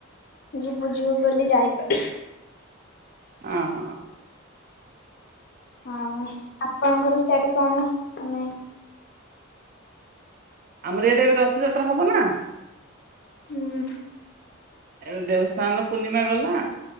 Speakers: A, on the left; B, on the right.
A: ଯିବୁ ଯିବୁ ବୋଲି ଯାଇପା
B: ହଁ
A: ଆଉ ଆପଣଙ୍କର ସେଆଡେ କଣ ମାନେ
B: ଆମର ଇଆଡ଼େ ରଥଯାତ୍ରା ହବ ନା <unintelligible>
A: ହୁଁ
B: ଦେବସ୍ନାନ ପୂର୍ଣ୍ଣିମା ଗଲା।